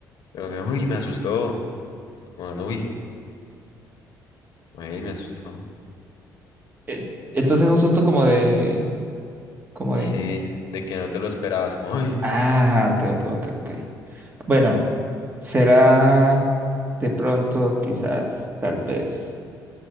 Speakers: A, on the left; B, on the right.
A: Pero que, uy, me asustó. Bueno, uy, ay, me asustó.
B: Eh, entonces es un susto como de, como
A: Sí,
B: de,
A: de que no te lo esperabas. Como, uy,
B: ah, ok, ok, ok, ok. Bueno, será de pronto, quizás, tal vez,